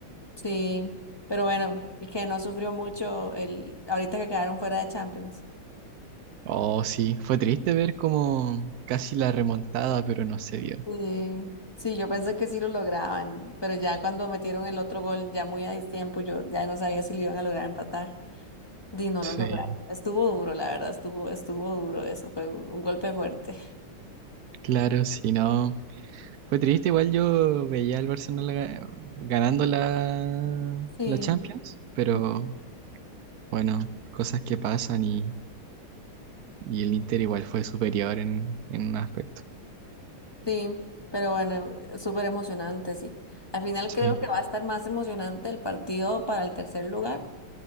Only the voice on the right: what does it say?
Oh, sí, fue triste ver como casi la remontada, pero no se vio.
Sí,
claro, sí, no. Fue triste, igual yo veía al Barcelona ga- ganando la,
la Champions, pero
bueno, cosas que pasan y, y el Inter igual fue superior en, en un aspecto.
Sí.